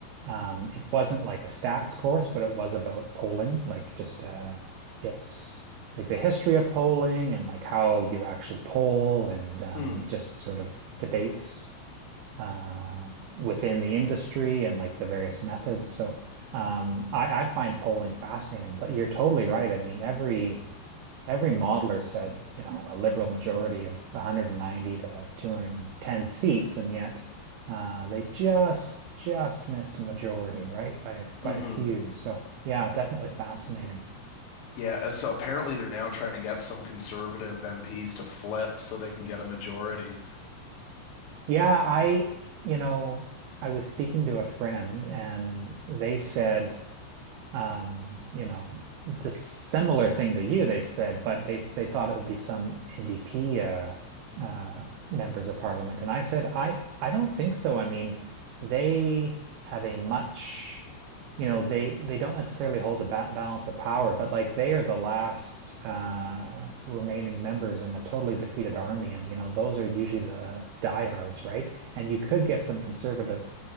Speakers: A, on the right (about 90°); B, on the left (about 70°).
A: Um, it wasn't like a stats course, but it was about polling, like just uh, it's like the history of polling and like how you actually poll and um,
B: Hmm.
A: just sort of debates uh, within the industry and like the various methods. So um, I, I find polling fascinating, but you're totally right. I mean, every every modeler said, you know, a liberal majority of 190 to 210 seats, and yet uh, they just just missed a majority, right? By by
B: hmm
A: a few. So yeah, definitely fascinating.
B: Yeah, uh, so apparently they're now trying to get some conservative MPs to flip so they can get a majority.
A: Yeah, I, you know, I was speaking to a friend and they said um, you know, the similar thing to you, they said, but they they thought it would be some NDP uh, uh, members of parliament, and I said, I I don't think so. I mean, they have a much, you know, they they don't necessarily hold a ba balance of power, but like they are the last uh, remaining members in a totally defeated army, and you know, those are usually the diehards, right? And you could get some conservatives,